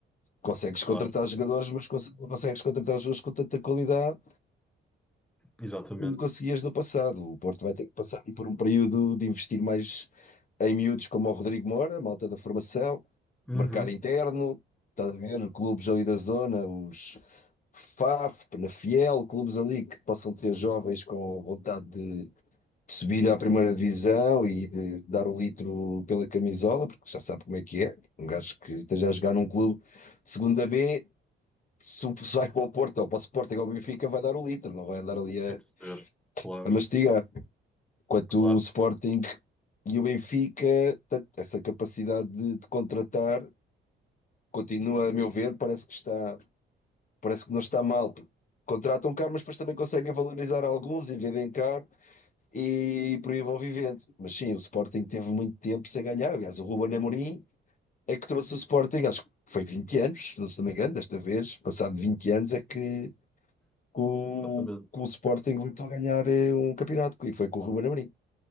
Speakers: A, on the left; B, in the centre.
A: Consegues
B: Claro.
A: contratar jogadores, mas conse- não consegues contratar jogadores com tanta qualidade
B: Exatamente.
A: como conseguias no passado. O Porto vai ter que passar por um período de investir mais em miúdos como o Rodrigo Moura, malta da formação,
B: Uhum.
A: mercado interno, estás a ver? Clubes ali da zona, os FAF, Penafiel, clubes ali que possam ter jovens com vontade de, de subir à primeira divisão e de dar o litro pela camisola, porque já sabe como é que é. Um gajo que esteja a jogar num clube de segunda B, se o- se vai para o Porto ou para o Sporting ou o Benfica, vai dar o litro, não vai andar ali a
B: Tem que ser. Claro,
A: a mastigar quanto
B: claro.
A: o Sporting e o Benfica, ta- essa capacidade de, de contratar continua, a meu ver, parece que está, parece que não está mal. porque Contratam caro, mas depois também conseguem valorizar alguns e vendem caro e por aí vão vivendo. Mas sim, o Sporting teve muito tempo sem ganhar. Aliás, o Ruben Amorim é que trouxe o Sporting, acho que foi 20 anos, não se não me engano, desta vez, passado 20 anos, é que o,
B: Exatamente.
A: que o Sporting voltou a ganhar eh, um campeonato. E foi com o Ruben Amorim.